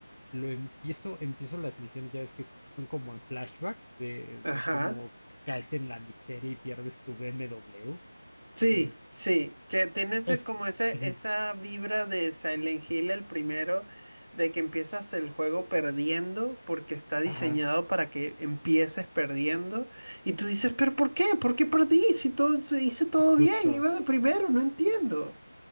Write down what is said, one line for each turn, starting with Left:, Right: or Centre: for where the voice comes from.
Left: lo empiezo, empiezo las misiones, ya ves que son como en flashback de, de
Right: Ajá.
Left: cómo caes en la miseria y pierdes tu BMW.
Right: Sí,
Left: Es,
Right: sí, que tiene ese,
Left: es,
Right: como ese,
Left: ujú,
Right: esa vibra de Silent Hill el primero, de que empiezas el juego perdiendo porque está diseñado
Left: ajá,
Right: para que empieces perdiendo. Y tú dices, pero ¿por qué? ¿Por qué perdí? Si todo, si hice todo
Left: justo.
Right: bien, iba de primero, no entiendo.